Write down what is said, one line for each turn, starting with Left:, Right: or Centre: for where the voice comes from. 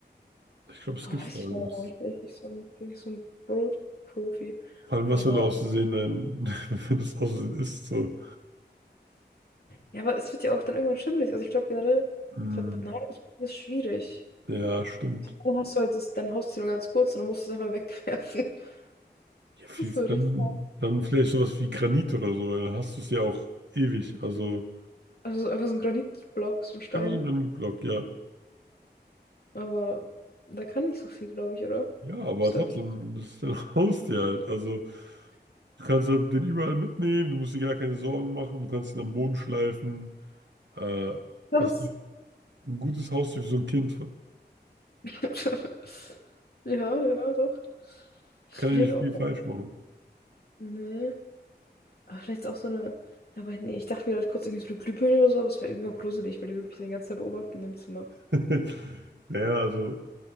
Right: Ich glaube, es
Left: Oh,
Right: gibt
Left: weiß
Right: da irgendwas.
Left: ich noch gar nicht. Bin ich nicht so ein, bin ich so ein Brotprofi.
Right: Vor allem, was,
Left: Aber
Right: wenn du aus Versehen, dann, <laughs> wenn du es aus Versehen isst, so.
Left: ja, aber es wird ja auch dann irgendwann schimmelig. Also ich glaube generell,
Right: Hm,
Left: ich glaube, nein, das ist schwierig.
Right: ja, stimmt.
Left: Dann hast du halt das, dein Haustier nur ganz kurz und dann musst du es einfach wegwerfen. <laughs>
Right: Ja, viel,
Left: Das würde
Right: dann,
Left: ich.
Right: dann vielleicht sowas wie Granit oder so, weil dann hast du es ja auch ewig. Also
Left: Also so einfach so ein Granitblock, so ein Stein.
Right: einfach so ein Granitblock, ja.
Left: Aber da kann nicht so viel, glaube ich, oder?
Right: Ja, aber
Left: Ist
Right: trotzdem,
Left: halt.
Right: das ist dein <laughs> Haustier halt. Also. Du kannst halt den überall mitnehmen, du musst dir gar keine Sorgen machen, du kannst ihn am Boden schleifen. Äh,
Left: Das
Right: das ist ein gutes Haustier für so ein Kind.
Left: <laughs> Ja, ja, doch. Ich
Right: Kann
Left: überlege
Right: ja nicht
Left: auch.
Right: viel falsch machen.
Left: Nee. Aber vielleicht auch so eine. Ja, aber nee, ich dachte mir gerade kurz irgendwie so eine Glühbirne oder so, aber es wäre irgendwie auch gruselig, weil die würde mich die ganze Zeit beobachten im Zimmer.
Right: <laughs> Naja, also,